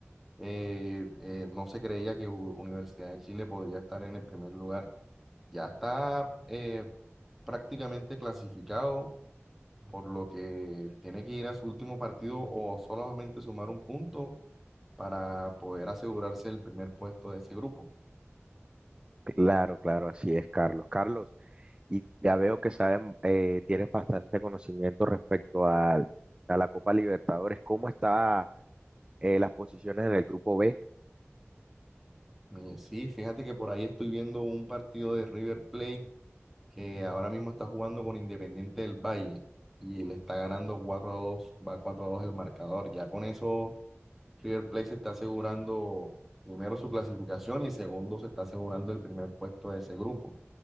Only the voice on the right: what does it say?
Claro, claro, así es, Carlos. Carlos, Y ya veo que saben, eh, tienes bastante conocimiento respecto al- a, la Copa Libertadores. ¿Cómo está eh, las posiciones en el grupo B?